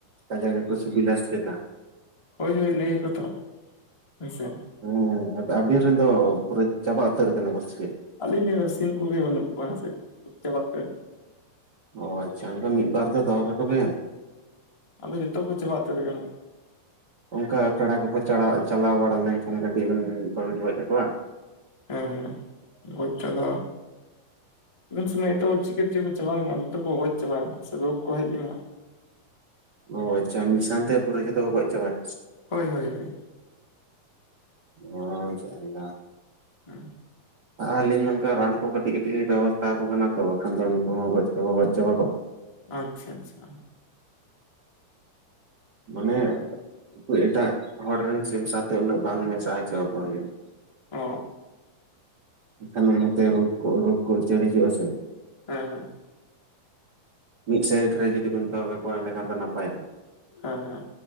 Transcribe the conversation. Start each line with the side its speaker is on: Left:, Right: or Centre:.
Right: ᱛᱟᱢᱟ ᱜᱮ ᱠᱚ ᱥᱤᱵᱤᱞᱟ ᱥᱮ ᱪᱮᱛᱟ
Left: ᱦᱳᱭ ᱦᱳᱭ ᱞᱟᱹᱭᱟᱠᱚ ᱛᱚ ᱦᱳᱭᱥᱮ
Right: ᱦᱮᱸ ᱟᱵᱤᱱ ᱨᱮᱱ ᱫᱚ ᱯᱩᱨᱟᱹ ᱪᱟᱵᱟ ᱩᱛᱟᱹᱨ ᱟᱠᱟᱱᱟ ᱥᱮᱪᱮᱫ
Left: ᱟᱹᱞᱤᱧ ᱱᱤᱭᱟᱹ ᱫᱚ ᱥᱤᱢ ᱠᱚᱜᱮ ᱵᱟᱹᱱᱩᱜ ᱠᱚᱣᱟ ᱥᱮ ᱜᱚᱡ ᱪᱟᱵᱟᱜ ᱠᱟᱱᱟ
Right: ᱚ ᱟᱪᱪᱷᱟ ᱚᱱᱠᱟ ᱢᱤᱫ ᱵᱟᱨ ᱫᱚ ᱫᱚᱦᱚ ᱠᱟᱠᱚᱵᱮᱱ᱾
Left: ᱟᱫᱚ ᱡᱚᱛᱚ ᱠᱚ ᱪᱟᱵᱟ ᱩᱛᱟᱹᱨ ᱟᱠᱟᱱᱟ
Right: ᱚᱱᱠᱟ ᱯᱮᱲᱟ ᱠᱚᱠᱚ ᱪᱟᱞᱟᱣ ᱪᱟᱞᱟᱣ ᱵᱟᱲᱟ ᱞᱮᱱᱠᱷᱟᱱ ᱜᱟᱹᱰᱤ ᱵᱤᱱ ᱵᱟᱵᱤᱱ ᱜᱚᱡ ᱟᱠᱚᱣᱟ᱾
Left: ᱦᱮᱸ ᱦᱮᱸ ᱜᱚᱡ ᱛᱮᱫᱚ ᱩᱱ ᱥᱚᱢᱚᱭ ᱛᱚ ᱪᱤᱠᱮ ᱛᱮᱪᱚ ᱠᱚ ᱪᱟᱵᱟᱭᱮᱱᱟ ᱡᱚᱛᱚ ᱠᱚ ᱜᱚᱡ ᱪᱟᱵᱟᱭᱮᱱᱟ ᱥᱮ ᱨᱳᱜᱽ ᱠᱚ ᱦᱮᱡ ᱞᱮᱱᱟ
Right: ᱚ ᱟᱪᱪᱷᱟ ᱢᱤᱫ ᱥᱟᱶᱟᱱᱛᱮ ᱯᱩᱨᱟᱹ ᱡᱚᱛᱚ ᱠᱚ ᱜᱚᱡ ᱪᱟᱵᱟᱭ
Left: ᱦᱳᱭ ᱦᱳᱭ ᱦᱳᱭ
Right: ᱚ ᱡᱟᱞᱟ
Left: ᱦᱮᱸ
Right: <unintelligible> ᱟᱹᱞᱤᱧ ᱱᱚᱝᱠᱟ ᱨᱟᱱ ᱠᱚ ᱠᱟᱹᱴᱤᱡ ᱠᱟᱹᱴᱤᱡ ᱞᱤᱧ ᱵᱮᱵᱚᱥᱛᱟ ᱟᱠᱚ ᱠᱟᱱᱟ ᱛᱚ ᱵᱟᱠᱷᱟᱱ ᱫᱚ ᱩᱱᱠᱩ ᱦᱚᱸ ᱜᱚᱡ ᱪᱟᱵᱟ ᱜᱚᱡ ᱪᱟᱵᱟ ᱠᱚᱜᱼᱟ᱾
Left: ᱟᱪᱪᱷᱟ ᱟᱪᱪᱷᱟ
Right: ᱢᱟᱱᱮ ᱩᱱᱠᱩ ᱮᱴᱟᱜ ᱦᱚᱲ ᱨᱮᱱ ᱥᱤᱢ ᱥᱟᱶᱟᱛᱮ ᱩᱱᱟᱹᱜ ᱵᱟᱝ ᱢᱮᱥᱟ ᱦᱚᱪᱚ ᱟᱠᱚ ᱦᱩᱭᱩᱜᱼᱟ᱾
Left: ᱚ
Right: ᱮᱱᱠᱷᱟᱱ ᱚᱱᱟᱛᱮ ᱨᱳᱜᱽ ᱨᱳᱜᱽ ᱠᱚ ᱩᱪᱟᱹᱲ ᱦᱤᱡᱩᱜᱼᱟ ᱥᱮ᱾
Left: ᱦᱮᱸ ᱦᱮᱸ
Right: ᱢᱤᱫ ᱥᱟᱭᱤᱰ ᱨᱮ ᱡᱩᱫᱤ ᱵᱚᱱ ᱫᱚᱦᱚ ᱠᱟᱠᱚᱣᱟ ᱮᱸᱰᱮ ᱠᱷᱟᱱ ᱫᱚ ᱱᱟᱯᱟᱭᱚᱜ
Left: ᱦᱟᱸ ᱦᱟᱸ